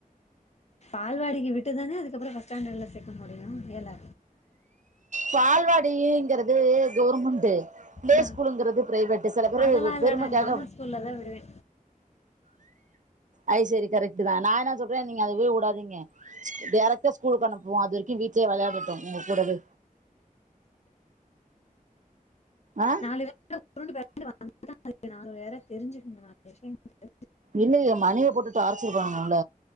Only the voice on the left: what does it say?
பால்வாடிக்கு விட்டு தான அதுக்கப்பறோ ஃபர்ஸ்ட் ஸ்டாண்டர்ட்ல சேக்க முடியு ஏலா
ஆ
அதெல்லா இல்ல
நா கவர்மெண்ட் ஸ்கூல்ல தா விடுவே
நாலு பேரு கூட உருண்டு பெர ண்டு வந்தா அதுங்க நாலு பேற தெரிஞ்சுக்குங்க நாலு விஷயங்க